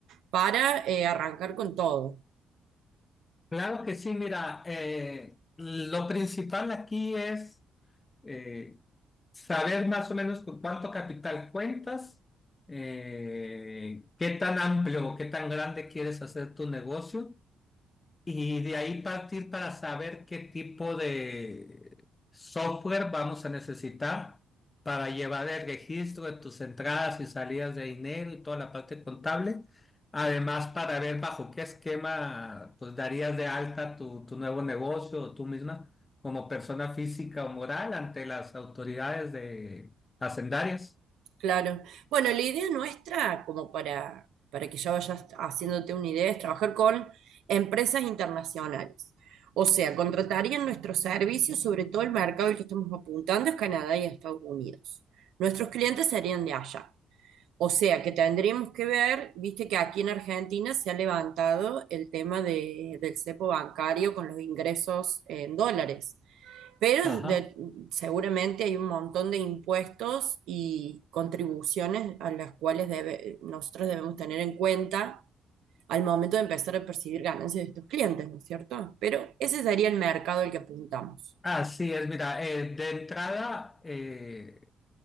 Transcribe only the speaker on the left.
claro que sí, mira, eh, lo principal aquí es... eh, saber más o menos con cuánto capital cuentas, eh, qué tan amplio o qué tan grande quieres hacer tu negocio y de ahí partir para saber qué tipo de software vamos a necesitar para llevar el registro de tus entradas y salidas de dinero y toda la parte contable. Además, para ver bajo qué esquema pues darías de alta tu, tu nuevo negocio o tú misma como persona física o moral ante las autoridades de hacendarias.
Ajá.
Así es, mira, eh, de entrada, eh,